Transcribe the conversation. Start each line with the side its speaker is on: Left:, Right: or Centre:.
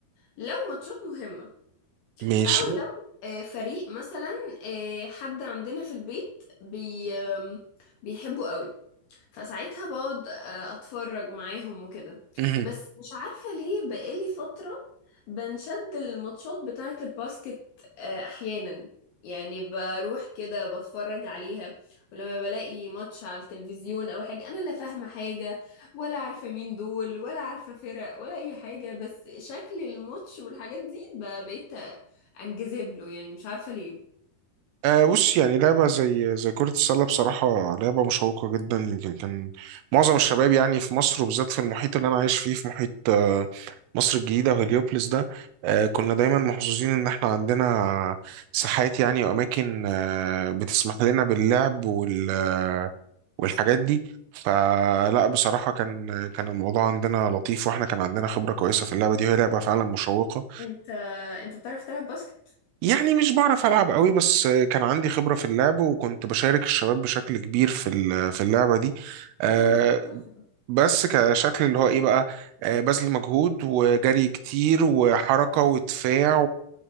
Left: لو ماتشات مهمة
Right: ماشي
Left: او لو آه، فريق مثلا آه، حد عندنا في البيت بي آم، بيحبه قوي فساعتها بقعد آه، اتفرج معاهم وكده
Right: مهم.
Left: بس مش عارفة ليه بقالي فترة بنشد الماتشات بتاعة الباسكت آه، احيانا يعني بروح كده بتفرج عليها ولما بلاقي ماتش على التلفزيون او حاجة انا لا فاهمة حاجة ولا عارفة مين دول ولا عارفة فرق ولا اي حاجة بس شكل الماتش والحاجات دي ب- بقيت انجذب له يعني مش عارفة ليه
Right: آه بص يعني لعبة زي زي كرة السلة بصراحة لعبة مشوقة جدا يمكن كان معظم الشباب يعني في مصر وبالذات في المحيط اللي أنا عايش فيه في محيط آه مصر الجديدة وهليوبلس ده آه كنا دايما محظوظين إن إحنا عندنا ساحات يعني وأماكن آه بتسمح لنا باللعب وال آه، والحاجات دي فلا بصراحة كان كان الموضوع عندنا لطيف وإحنا كان عندنا خبرة كويسة في اللعبة دي وهي لعبة فعلا مشوقة
Left: انت انت بتعرف تلعب باسكت
Right: يعني مش بعرف ألعب قوي بس كان عندي خبرة في اللعب وكنت بشارك الشباب بشكل كبير في ال- في اللعبة دي آه،
Left: امم ده تحفة
Right: بس كشكل اللي هو ايه بقى آه، بذل مجهود وجري كتير وحركة ودفاع